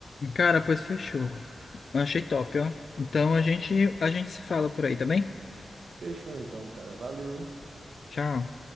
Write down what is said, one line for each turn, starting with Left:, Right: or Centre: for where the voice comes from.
Left: Cara, pois fechou. Achei top, ó. Então a gente, a gente se fala por aí, tá bem?
Right: Fechou então, cara. Valeu, hein?
Left: Tchau.